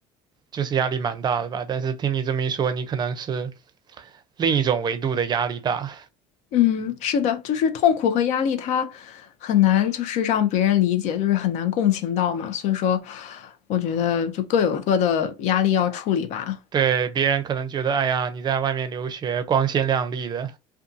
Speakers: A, on the right (about 35°); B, on the left (about 65°).
A: 就是压力蛮大的吧。但是听你这么一说，你可能是另一种维度的压力大。
B: <laughs> 嗯，是的，就是痛苦和压力，它很难就是让别人理解，就是很难共情到嘛。所以说，我觉得就各有各的压力要处理吧。
A: 对，别人可能觉得，哎呀，你在外面留学光鲜亮丽的，